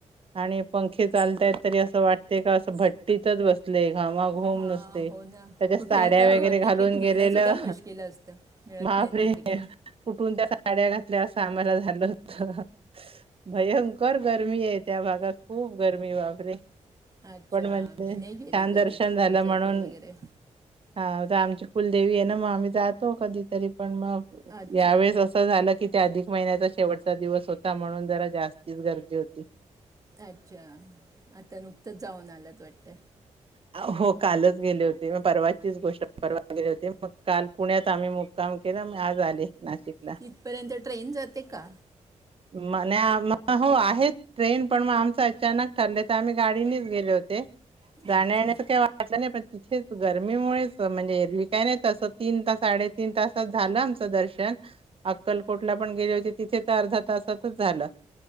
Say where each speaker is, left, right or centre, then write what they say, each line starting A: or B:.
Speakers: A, on the right; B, on the right.
A: आणि पंखे चालतयत तरी असं वाटते का असं भट्टीतच बसत घामा घूम
B: हा
A: नसते
B: हो ना
A: त्याच्या
B: कुठे
A: साड्या
B: आता
A: वगैरे घालून
B: तिकीट मिळणं
A: गेलेलं
B: सुद्धा मुश्किल असतं मिळत
A: महाबरे
B: नाही तिकीट
A: कुठून त्या साड्या घातल्या अस कामाला झालं होत. भयंकर गरमी आहे त्या भागात खूप गरमी बापरे
B: अच्छा
A: पण म्हणजे
B: मी नाही गेली
A: छान
B: कधी
A: दर्शन झालं
B: तुळजापूर
A: म्हणून
B: वगैरे
A: हा आमची कुलदेवी आहे ना मग आम्ही जातो कधी तरी पण मग
B: अच्छा
A: यावेेळेस असं झालं की त्या अधिक महिन्याचा शेवटचा दिवस होता म्हणून जरा जास्तीच गर्दी होती. ते
B: अच्छा आता नुकतंच जाऊन आलात वाटत.
A: आ हो कालच गेले होते मग परवाचीच गोष्ट परवा गेली होती मग काल पुण्यात आम्ही मुक्काम केलं आज आले नाशिकला
B: तिथ पर्यंत ट्रेन जाते का?
A: म हो आहेत. ट्रेन पण मग आमचं अचानक ठरले तर, आम्ही गाडीनेच गेले होते. जाण्याऐण्याच
B: अच्छा
A: काही वाटलं नाही पण. तेच, गरमीमुळेच म्हणजे एरवी काय नाही तसं तीन तास साडे तीन तासात झालं आमचं दर्शन अक्कलकोटला पण गेले होते तिथे तर अर्धा तासातच झाल.